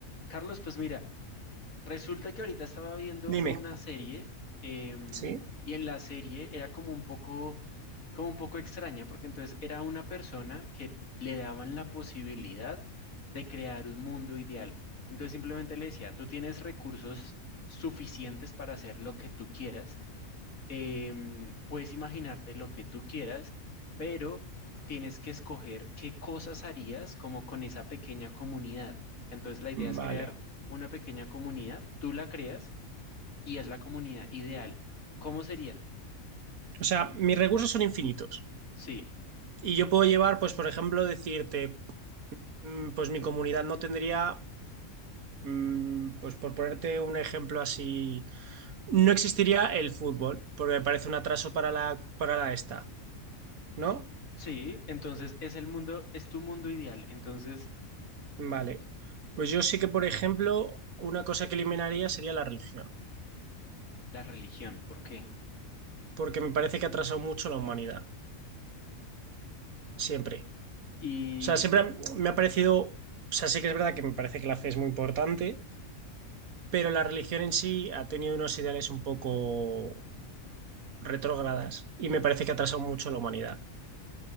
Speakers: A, on the left; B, on the right.
A: Carlos, pues mira, resulta que ahorita estaba viendo
B: Dime,
A: una serie em,
B: ¿sí?
A: y en la serie era como un poco, como un poco extraña, porque entonces era una persona que le daban la posibilidad de crear un mundo ideal. Entonces simplemente le decía, tú tienes recursos suficientes para hacer lo que tú quieras, Em, puedes imaginarte lo que tú quieras, pero tienes que escoger qué cosas harías como con esa pequeña comunidad. Entonces la idea es
B: Vale.
A: crear una pequeña comunidad, tú la creas y es la comunidad ideal. ¿Cómo sería?
B: O sea, mis recursos son infinitos.
A: Sí,
B: Y yo puedo llevar, pues, por ejemplo, decirte, mm, pues mi comunidad no tendría, mm, pues, por ponerte un ejemplo así, no existiría el fútbol, porque me parece un atraso para la, para la esta, ¿no?
A: sí, entonces es el mundo, es tu mundo ideal. Entonces
B: Vale. Pues yo sí que, por ejemplo, una cosa que eliminaría sería la religión,
A: la religión, ¿por qué?
B: porque me parece que ha atrasado mucho la humanidad, siempre.
A: Y
B: O sea, siempre me ha parecido, o sea, sí que es verdad que me parece que la fe es muy importante pero la religión en sí ha tenido unos ideales un poco retrógradas y me parece que ha atrasado mucho a la humanidad